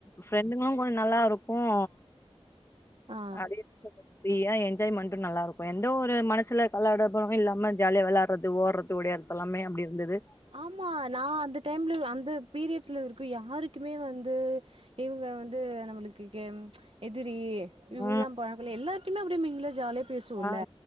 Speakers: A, on the left; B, on the right.
A: ஃப்ரெண்டுங்களும் கொஞ்சம் நல்லா இருக்கு ஓ
B: ஆ
A: அது <unintelligible> ஏன் என்ஜாய்மெண்டு நல்லா இருக்கு இப்ப எந்த ஒரு மனசுல கள்ள கடபமு இல்லாம ஜாலியா வெளையாட்றது ஓடுறது ஓடியாறது எல்லாமே அப்டி இருந்தது
B: ஆமா நான் அந்த டைம்ல அந்த பீரியட் ச்சலா இருக்கு யாருக்குமே வந்து இவங்க வந்து நம்மளுக்கு <unintelligible> இத் ந்திரி இவங்களா
A: ம்
B: பழகக்குள்ள எல்லாத் அப்படி னா அப்டியேமீங்குலா ஜாலி பேசுவோல்ல
A: ஆ